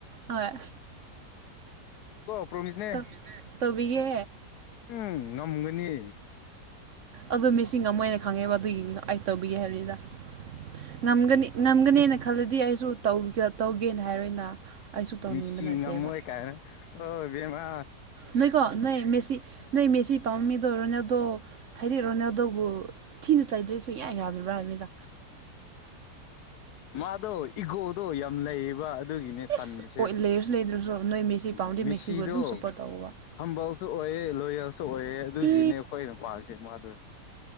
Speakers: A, on the right (about 60°); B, on the left (about 70°).
A: ꯍꯣꯏ
B: ꯀꯣ ꯄ꯭ꯔꯣꯃꯤꯁꯅꯦ
A: ꯇꯧ ꯇꯧꯕꯤꯒꯦ
B: ꯎꯝ ꯉꯝꯒꯅꯤ
A: ꯑꯗꯨ ꯃꯤꯁꯤ ꯉꯃꯣꯏ ꯈꯪꯉꯦꯕ ꯑꯗꯨꯒꯤ ꯑꯩ ꯇꯧꯕꯤꯒꯦ ꯍꯥꯏꯕꯅꯤꯗ ꯉꯝꯒꯅꯤ ꯉꯝꯒꯅꯦꯅ ꯈꯜꯂꯗꯤ ꯑꯩꯁꯨ ꯇꯧꯒꯦꯅ ꯍꯥꯏꯔꯣꯏꯅ ꯑꯩꯁꯨ ꯇꯧꯅꯤꯡꯕ
B: ꯃꯤꯁꯤ
A: ꯅꯠꯇꯦꯕ
B: ꯉꯝꯃꯣꯏ ꯀꯥꯏꯅ ꯍ ꯕꯃꯥ
A: ꯅꯣꯏꯀꯣ ꯅ ꯃꯦꯁꯤ ꯅ ꯀ ꯁꯤ ꯄꯥꯝꯃꯤꯗꯣ ꯔꯣꯅꯦꯗꯣ ꯍꯥꯏꯗꯤ ꯔꯣꯅꯦꯗꯣꯕꯨ ꯊꯤꯅ ꯆꯩꯥꯏꯗ꯭ꯔꯦꯁꯨ ꯌꯥꯏ ꯌꯥꯗꯔꯤꯕ꯭ꯔ ꯍꯥꯏ ꯃꯤꯗ
B: ꯃꯥꯗꯣ ꯏꯒꯣꯗꯣ ꯌꯥꯝ ꯂꯩꯌꯦꯕ ꯑꯗꯨꯒꯤꯅꯦ ꯇꯟꯕꯁꯦ
A: ꯏꯁꯁ ꯂꯩꯔꯁꯨ ꯂꯩꯗ꯭ꯔꯁꯨ ꯅꯣꯏ ꯃꯦꯁꯤ
B: ꯃꯤꯁꯤꯗꯣ
A: ꯄꯥꯝꯗꯦ ꯃꯦꯁꯤꯕꯨ ꯑꯗꯨꯝ ꯁꯨꯄꯣꯔ ꯇꯧꯕꯧꯕ
B: ꯍꯝꯕꯜꯁꯨ ꯑꯣꯏꯑꯦ ꯂꯣꯌꯦꯜꯁꯨ ꯑꯣꯏꯑꯦ ꯑꯗꯨꯒꯤꯅꯦ
A: ꯏ
B: ꯑꯩꯈꯣꯏꯅ ꯄꯥꯔꯤꯁꯦ ꯃꯥꯗꯣ